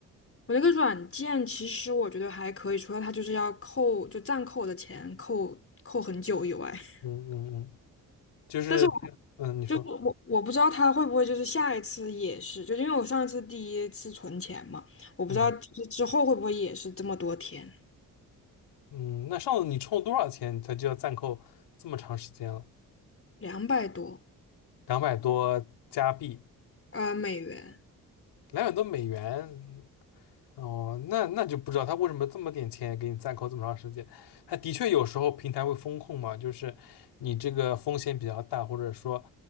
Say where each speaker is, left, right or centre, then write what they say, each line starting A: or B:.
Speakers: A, on the left; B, on the left.
A: 我那个软件其实我觉得还可以，除了它就是要扣，就暂扣我的钱扣扣很久以外。<laughs>
B: 嗯嗯嗯，就是嗯，
A: 但是我。
B: 你说
A: 就我我不知道他会不会就是下一次也是，就因为我上一次第一次存钱嘛，我不知道就是之后会不会也是这么多天，
B: 嗯嗯，那上次你充了多少钱，它就要暂扣这么长时间了？
A: 两百多
B: 两百多加币，
A: 呃美元，
B: 两百多美元，哦，那那就不知道他为什么这么点钱给你暂扣这么长时间。他的确有时候平台会风控嘛，就是你这个风险比较大，或者说